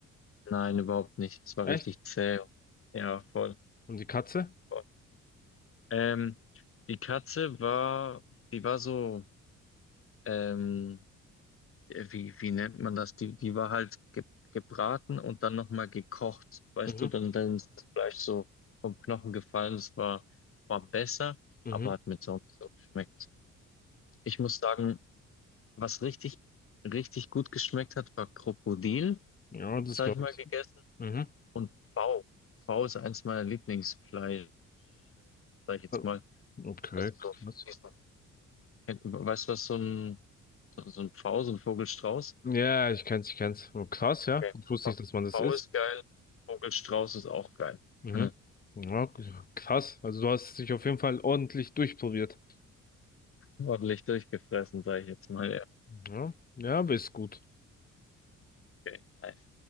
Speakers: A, on the left (about 45°); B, on the left (about 30°).
A: Nein, überhaupt nicht. Es war
B: Echt?
A: richtig zäh. Ja, voll.
B: Und die Katze?
A: voll. Ähm, die Katze war, die war so. Ähm, äh, wie, wie nennt man das? Die, die war halt ge gebraten und dann nochmal gekocht. Weißt
B: Mhm.
A: du, dann, dann ist das Fleisch so vom Knochen gefallen. Das war, war besser,
B: Mhm.
A: aber hat mir so nicht so geschmeckt. Ich muss sagen, was richtig, richtig gut geschmeckt hat, war Krokodil,
B: Ja, das
A: das habe
B: glaube
A: ich mal
B: ich.
A: gegessen.
B: Mhm.
A: Und Pfau. Pfau ist eins meiner Lieblingsfleische, sage ich jetzt
B: Ähm,
A: mal.
B: Okay,
A: Also
B: krass.
A: so diesen, weißt du, was so ein, so so ein Pfau, so ein Vogelstrauß?
B: Ja, ich kenn's, ich kenn's. Oh, Krass, ja.
A: Okay.
B: Ich wusste
A: V
B: nicht, dass man das
A: V
B: isst.
A: ist geil, Vogelstrauß ist auch geil.
B: Mhm.
A: <laughs>
B: Ja, k- krass. Also du hast dich auf jeden Fall ordentlich durchprobiert.
A: Ordentlich durchgefressen, sage ich jetzt mal. Ja,
B: Ja, ja, aber ist gut.
A: okay, nice.